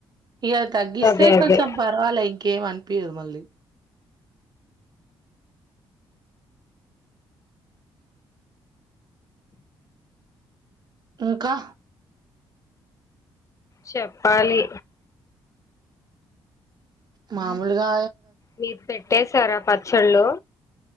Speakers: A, on the right; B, on the left.
A: ఇగా తగ్గిస్తే
B: అదే
A: కొంచం
B: అదే
A: పర్వలే ఇంకేం అనిపియ్యదు మళ్ళీ ఇంకా
B: చెప్పాలి
A: మాములుగా
B: మీరు పెట్టేశారా పచ్చళ్లు